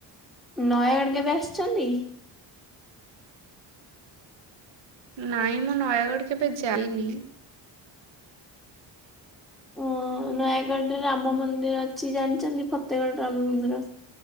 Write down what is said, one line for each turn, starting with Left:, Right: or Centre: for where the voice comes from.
Centre: ନୟାଗଡ୍ କେବେ ଆସିଟନ୍ତି।
Right: ନାଇଁ ମୁଁ ନୟାଗଡ଼ କେବେ ଯାଇନି।
Centre: ଓ ନୟାଗଡରେ ରାମ ମନ୍ଦିର ଅଛି ଜାଣିଚନ୍ତି ଫତେଗଡ ରାମ ମନ୍ଦିର।